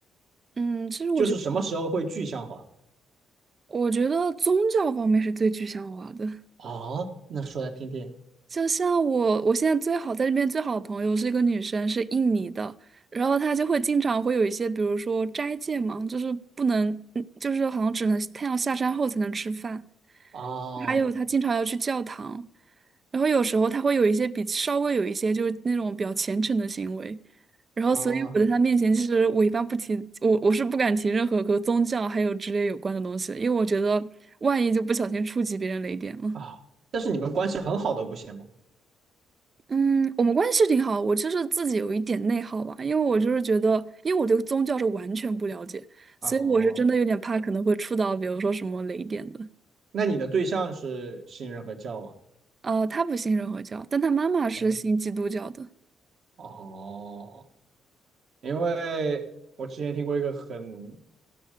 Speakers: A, on the right (about 40°); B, on the right (about 60°).
A: 嗯，其实我觉
B: 就是什么时候会具象化？
A: 我觉得宗教方面是最具象化的。
B: 哦，那说来听听。
A: 就像我，我现在最好在这边最好的朋友是一个女生，是印尼的，然后她就会经常会有一些，比如说斋戒嘛，就是不能，嗯就是好像只能太阳下山后才能吃饭，
B: 哦
A: 还有她经常要去教堂，然后有时候她会有一些比稍微有一些就是那种比较虔诚的行为，然后所以我在她面前，
B: 哦
A: 其实我一般不提，我我是不敢提任何和宗教还有之类有关的东西的，因为我觉得万一就不小心触及别人雷点了。
B: 哦，啊！但是你们关系很好都不行吗？
A: 嗯，我们关系是挺好，我就是自己有一点内耗吧，因为我就是觉得，因为我对宗教是完全不了解，
B: 哦，
A: 所以我是真的有点怕可能会触到，比如说什么雷点的。
B: 那你的对象是信任和教吗？
A: 呃，他不信任何教，但他妈妈是信基督教的。
B: 哦哦，因为我之前听过一个很